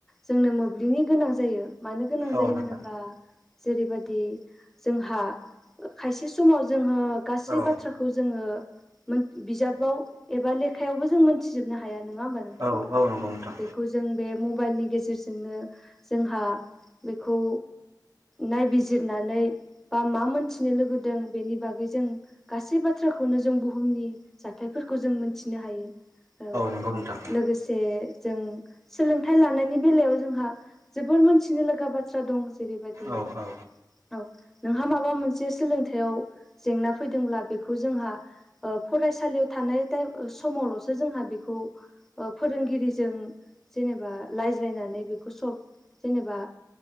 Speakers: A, in the centre; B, on the right.
A: जोंनो मोब्लिबनि गोनां जायो। मानो गोनां
B: औ
A: जायो
B: नोंथां
A: होनोब्ला जेरैबाय दि जोंहा खायसे समाव जोङो गासै
B: औ
A: बाथ्राखौ जोङो बिजाबाव एबा लेखायावबो जों मोनथिजोबनो हाया न ङा होमबा नोंथां
B: औ नंगौ
A: औ
B: नोंथां
A: बेखौ जों बे मबाइलनि गेजेरजोंनो जोंहा बेखौ नायबिजिरनानै बा मा मोनथिनो लुगैदों बेनि बागै जों गासै बाथ्राखौनो जों बुहुमनि जाथायफोर खौ जों मिथिनो हायो औ
B: नंगौ नोंथां
A: लोगोसे जों सोलोंथाइ लानायनि बेलायाव जोंहा जोबोर मोनथिनो लागा बाथ्रा दं जेरैबायाददि
B: औ औ
A: औ नोंहा माबा मोनसे सोलोंथाइयाव जेंना फैदोंब्ला बेखौ जोंहा फरायसालियाव थानाय समावलसो जोंहा बेखौ फोरोंगिरिजों जेनेबा रायज्लायनानै बेखौ सल्भ जेनेबा